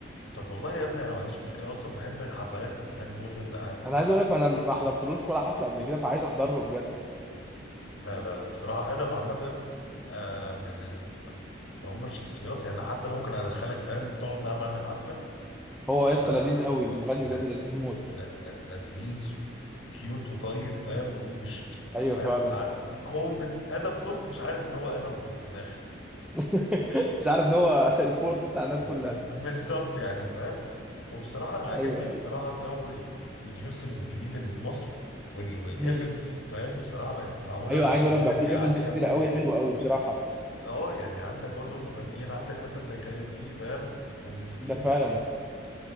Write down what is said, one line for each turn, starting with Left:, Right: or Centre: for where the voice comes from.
Left: طب والله يا ابني انا ما عنديش مشكله اصلا بحب الحفلات والاغاني موت وانت قاعد
Centre: انا عايز اقول لك انا ما حضرتلوش ولا حفله قبل كده فعايز احضره بجد
Left: لا لا لا بصراحه ادم عامه آه من ال... هم الشخصيات يعني حتى انا ممكن ادخلك فاهم تقعد معاه بعد الحفله
Centre: هو لسه
Left: آه
Centre: لذيذ قوي المغني
Left: لذيذ
Centre: بجد لذيذ موت
Left: لا لا لذيذ كيوت وطيب فاهم ومش
Centre: ايوه
Left: فاهم
Centre: فعلا
Left: ع- هو من ادم بورت مش عارف ان هو ادم بورت من الاخر
Centre: <laughs> مش عارف ان هو <laughs> البورت بتاع الناس كلها
Left: فاهم؟ بالظبط يعني فاهم وبصراحه انا عاجبني
Centre: ايوه
Left: بصراحه
Centre: ايوه
Left: جو البروديوسرز الجديد اللي في مصر وال- والايفنتس
Centre: مم.
Left: فاهم بصراحه بقت معموله
Centre: ايوه
Left: بكواليتي
Centre: عايز اقول لك بقى في
Left: عاليه
Centre: ايفنتس كتير
Left: موت
Centre: قوي حلوه قوي بصراحه
Left: اه يعني عندك برضو المغنيين عندك مثلا زي كايروكي فاهم مميتين
Centre: ده فعلا
Left: بصراحه.